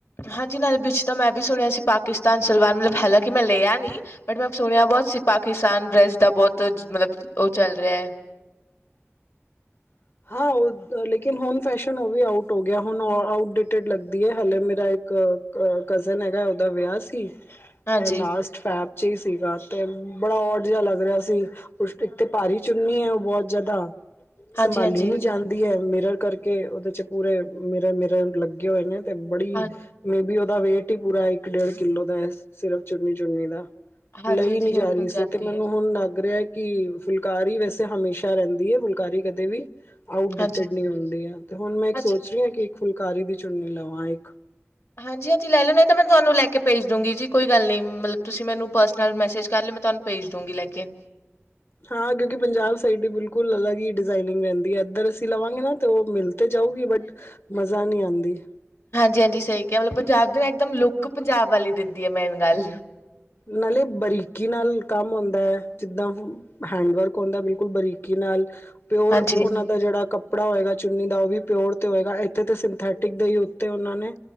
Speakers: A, on the left; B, on the left.
A: ਹਾਂਜੀ ਨਾਲੇ ਵਿੱਚ ਤਾਂ ਮੈਂ ਵੀ ਸੁਣਿਆ ਸੀ ਪਾਕਿਸਤਾਨ ਸਲਵਾਰ ਮਤਲਬ ਹਾਲਾਂਕ ਮੈਂ ਲਿਆ ਨੀ ਬਟ ਮੈਂ ਸੁਣਿਆ ਬਹੁਤ ਸੀ ਪਾਕਿਸਤਾਨ ਡਰੈਸ ਦਾ ਬਹੁਤ ਮਤਲਬ ਉਹ ਚੱਲ ਰਿਹਾ ਹੈ।
B: <inaudible> ਹਾਂ ਉਹ ਲੇਕਿਨ ਹੁਣ ਫੈਸ਼ਨ ਉਹ ਵੀ ਆਊਟ ਹੋ ਗਿਆ ਹੁ ਆਟ ਡੇਟ ਲੱਗਦੀ ਹੈ ਹਾਲਲੇ ਮੇਰਾ ਇੱਕ ਕਜ਼ਨ ਹੈਗਾ ਉਹਦਾ ਵਿਆਹ ਸੀ
A: ਹਾਂਜੀ
B: ਲਾਸਟ ਫੈ ਹੀ ਸੀਗਾ ਤੇ ਬੜਾ ਔਟ ਜਿਹਾ ਲੱਗ ਰਿਹਾ ਸੀ ਇੱਕ ਤੇ ਭਾਰੀ ਚੁੰਨੀ ਹੈ ਉਹ ਬਹੁਤ ਜਿਆਦਾ
A: ਹਾਂਜੀ
B: ਸੰਭਾਲੀ
A: ਹਾਂਜੀ
B: ਨਹੀਂ ਜਾਂਦੀ ਹੈ ਮਿਰਰ ਕਰਕੇ ਉਹਦੇ ਚ ਪੂਰੇ ਮਿਰਰ ਮਿਰਰ ਲੱਗੇ ਹੋਏ ਨੇ ਤੇ ਬੜੀ
A: ਹਾਂ
B: ਮੇਬੀ ਉਹਦਾ ਵੇਟ ਹੀ ਪੂਰਾ ਇੱਕ ਡੇਢ ਕਿੱਲੋ ਦਾ ਸਿਰਫ ਚੁਨੀ ਚੁਨੀ ਦਾ।
A: ਹਾਂਜੀ
B: ਲਈ
A: ਹਾਂਜੀ
B: ਨੀ ਜਾ
A: ਹੇਵੀ
B: ਰਹੀ
A: ਹੋ
B: ਸੀ
A: ਜਾਂਦੀ
B: ਤੇ ਮੈਨੂੰ
A: ਹੈ
B: ਹੁਣ ਲੱਗ ਰਿਹਾ ਕਿ ਫੁਲਕਾਰੀ ਵੈਸੇ ਹਮੇਸ਼ਾ ਰਹਿੰਦੀ ਹੈ ਫੁਲਕਾਰੀ ਕਦੇ ਵੀ ਆਊਟ ਡੇਟਡ
A: ਹਾਂਜੀ
B: ਨਹੀਂ ਹੁੰਦੀ ਹੈ ਤੇ ਹੁਣ ਮੈਂ ਇੱਕ
A: ਹਾਂਜੀ
B: ਸੋਚ ਰਹੀ ਹਾਂ ਕਿ ਇੱਕ ਫੁਲਕਾਰੀ ਦੀ ਚੁੰਨੀ ਲਵਾਂ ਇੱਕ।
A: ਹਾਂਜੀ ਹਾਂਜੀ ਲੈ ਲਓ ਨਹੀਂ ਮੈਂ ਤੁਹਾਨੂੰ ਲੈ ਕੇ ਭੇਜ ਦੂੰਗੀ ਜੀ ਕੋਈ ਗੱਲ ਨਹੀਂ ਮਤਲਬ ਤੁਸੀਂ ਮੈਨੂੰ ਪਰਸਨਲ ਮੈਸੇਜ ਕਰ ਲਿ ਮਤਲਬ ਤੁਹਾਨੂੰ ਭੇਜ ਦਊਗੀ ਲੈ ਕੇ।
B: ਹਾਂ ਕਿਉਂਕਿ ਪੰਜਾਬ ਸਾਈਡ ਦੀ ਬਿਲਕੁਲ ਅਲੱਗ ਹੀ ਡਿਜ਼ਾਇਨਿੰਗ ਰਹਿੰਦੀ ਹੈ ਇੱਧਰ ਅਸੀਂ ਲਵਾਂਗੇ ਨਾ ਤੇ ਉਹ ਮਿਲ ਤੇ ਜਾਊਗੀ ਬਟ ਮਜ਼ਾ ਨਹੀਂ ਆਉਂਦੀ।
A: ਹਾਂਜੀ ਸਹੀ ਕਿਹਾ ਮਤਲਬ ਪੰਜਾਬ ਦੇ ਨਾ ਇੱਕਦਮ ਲੁੱਕ ਪੰਜਾਬ ਵਾਲੀ ਦਿੰਦੀ ਹੈ ਮੇਨ ਗੱਲ।
B: ਨਾਲੇ ਬਰੀਕੀ ਨਾਲ ਕੰਮ ਆਉਂਦਾ ਹੈ ਜਿੱਦਾਂ ਹੈਂਡਵਰਕ ਹੁੰਦਾ ਬਿਲਕੁਲ ਬਰੀਕੀ ਨਾਲ। ਪਿਓਰ
A: ਹਾਂਜੀ-ਹਾਂਜੀ
B: ਉਹਨਾਂ ਦਾ ਜਿਹੜਾ ਕ ਕੱਪੜਾ ਹੋਏਗਾ ਚੁੰਨੀ ਦਾ ਉਹ ਵੀ ਪਿਓਰ ਤੇ ਹੋਏਗਾ ਇੱਥੇ ਤੇ ਸਿੰਥੈਟਿਕ ਦੇ ਹੀ ਉੱਤੇ ਉਹਨਾਂ ਨੇ